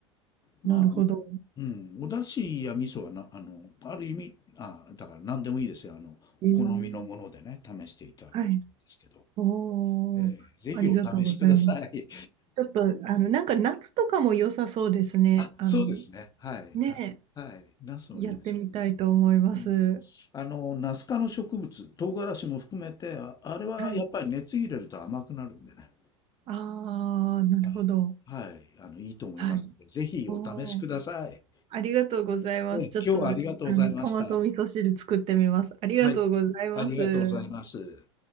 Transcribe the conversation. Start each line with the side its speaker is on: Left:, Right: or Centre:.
Left: まあ、
Right: なるほど。
Left: おうん、お出汁や味噌はな、あの、ある意味、あ、だから何でもいいですよ。あの、
Right: えー
Left: お好みのものでね、試していただければいいんですけど。
Right: はい。おー。
Left: ええ。ぜひお試しください。
Right: ありがとうございます。ちょっと、あの、なんか夏とかも良さそうですね。
Left: あ、
Right: あの、
Left: そうですね。はい、
Right: ね
Left: はい、はい。ナスもいいですね。
Right: え、やってみたいと思います。
Left: うんあの、ナス科の植物、唐辛子も含めて、あ、あれはやっぱり熱入れると甘くなるんでね。
Right: はい。ああ、なるほど。
Left: はい。はい。あの、いいと思いますので、
Right: はい。
Left: ぜひお試しください。
Right: おー。ありがとうございます。
Left: ね今日はありがとうございました。
Right: ちょっと、あの、トマト味噌汁作ってみます。ありがとうございます。
Left: はい。ありがとうございます。